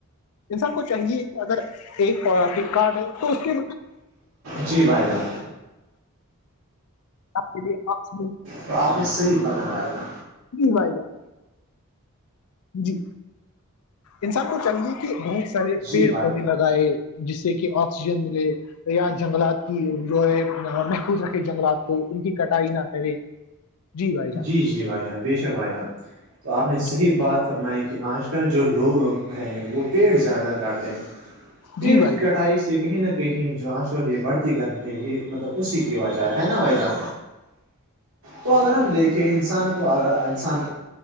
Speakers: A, on the left; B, on the right.
A: انسان کو چاہی ہے کہ اگر ایک کارٹ ہے تو اس کے
B: جی بھائی جان
A: آپ کے آس
B: تو آپ نے صحیح فرما وائے گا
A: جی بھائی جان جی انسان کو چاہیے کہ بہت سارے
B: جی
A: پیڑ
B: بھائی
A: پودے لگ گائے جس سے کہ آکسیجن ملے یا جنگلات کی جو ہے محفوظ رکھے جنگلات کو ان کی کٹائی نہ کرے بھائی جان
B: جی جی بھائی جان بے شک بھائی جان تو آپ نے صحیح
A: جی
B: بات فرمائ کہ آج کل جو لوگ ہے وہ پیڑ زیادہ کاٹتے ہیں پیڑ
A: جی بھائی
B: کی کٹائی
A: جان
B: سے کہیں نہ کہیں جو آج کل یہ بڑھتی گرمی ہے یہ مطلب اسی کی وجہ ہے نا بھائی جان تو اگر ہم دیکھیں انسان کو اگر انسان